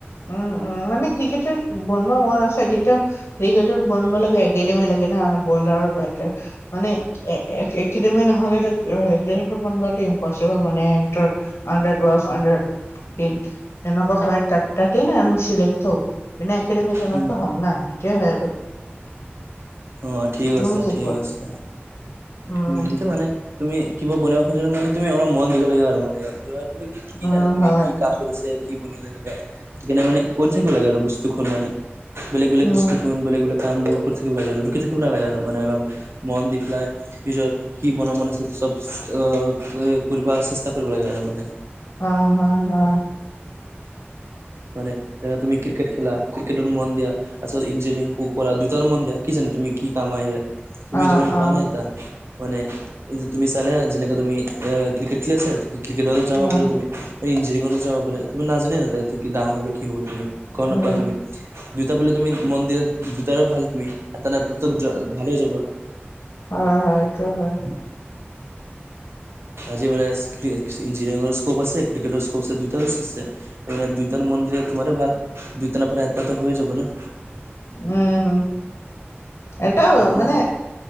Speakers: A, on the left; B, on the right.
A: উম উম মানে ক্ৰিকেটাৰ বনোৱাৰ মন আছে তেতিয়াও ক্ৰিকেটাৰ বনোৱাৰ লাগে একেডেমি লাগে ন বলাৰ বেটাৰ মানে এক একে একেডেমি নহ'লেতো‌ ক্ৰিকেট বনোৱাটো ইমপচিবল মানে <unintelligible> আণ্ডাৰ টুৱেলভ, আডাৰ এইট এনেকুৱা হয় তাত ততে না আমি চিলেক্ট হও, বিনা একেডেমি কেনেকে
B: উম
A: হোম না সেইটোৱে হয় আৰু।
B: অ ঠিক
A: তুমি
B: কৈছা,
A: কি
B: ঠিক
A: কোৱা
B: কৈছা।
A: উম
B: সেইটোৱে মানে তুমি কিবা বনাব খোজা মানে তুমি অলপ মন দিব লাগে আৰু মানে কিবা কিবি কি, কি
A: উম
B: জানে তুমি
A: হয়
B: কি কাম কৰিছে, কি বনিল এনেকা। সেইকাৰনে মান কৰি থাকিব লাগে আৰু বস্তুখন মানে বেলেগ বেলেগ
A: উম
B: বস্তুখন, বেলেগ বেলে কামবোৰ কৰি থাকিব লাগে আৰু ৰখি থাকিব নালগে আৰু মানে অলপ মন দি পেলাই নিজৰ কি বনাব মন আছে চব অ অ কৰিব চেষ্টা কৰিব লাগে আৰু মানে।
A: অ হয় হয়।
B: মানে ধৰা তুমি ক্ৰিকেট খেলা ক্ৰিকেটত মন দিয়া পাছত ইঞ্জিনিয়াৰিং প-পঢ়া দুইটাৰ মন দিয়া। কি জানে তুমি কি কাম আহিবা। তুমি
A: অ
B: গম নাপোৱা
A: অ
B: নে এতিয়া। মানে তুমি চালে যেনেকে তুমি ক্ৰিকেট খেলি আছে ক্ৰিকেটতো যাব
A: অ
B: পাৰা তুমি, ইঞ্জিনীয়াৰিংত যাব পাৰা, তুমি নাজানা তুমি ডাঙৰ হ'লে কি হ'বা তুমি। গম
A: উম
B: নাপাবা তুমি, দুইটা পালে তুমি মন দিলে দুটাৰে ভাল তুমি। এটা ন এটাত ভালেই যাব।
A: অ হয়, সেইটো হয়।
B: আজি মানে ইঞ্জিনিয়াৰিংৰ <unintelligible> আছে, ক্ৰিকেটৰো <unintelligible> আছে দুইটা আছে। মানে দুইটাত মন দিলে তোমাৰে ভাল। দুইটাত নেপাৰা এটাত তো হৈ যাব না।
A: উম। এটা মানে
B: মই